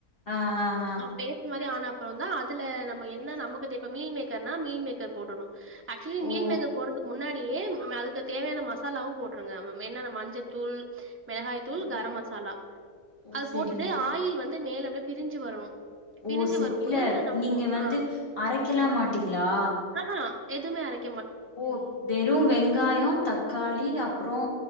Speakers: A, on the left; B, on the right.
A: ஆ ஆ ஹா
B: பேஸ்டு மாரி ஆன அப்றோந்தா அதுல நம்ம என்ன நமக்கு தே இப்ப மீல் மேக்கர்னா மீல் மேக்கர் போடணு ஆக்சுலி
A: ஓ
B: மீல்மேக்க போட்றதுக்கு முன்னாடியே அதுக்கு தேவயான மசாலாவு போட்ருங்க ம் என்னன்ன மஞ்சத்தூள் மெளகாய் தூள்
A: ஓ
B: கரம் மசாலா
A: ஓ
B: அது
A: சேரிங்க
B: போட்டுட்டு ஆயில் வந்து மேல அப்டிய பிரிஞ்சு வரணு
A: ஓ
B: பிரிஞ்சு
A: சே
B: வரும்போது
A: இல்ல
B: நம்போ
A: நீங்க வந்து
B: ஆ
A: அரைக்கலா மாட்டீங்களா
B: ஆ ஹா எதுமே அரைக்
A: ஓ வெறு வெங்காயோ தக்காளி அப்றோ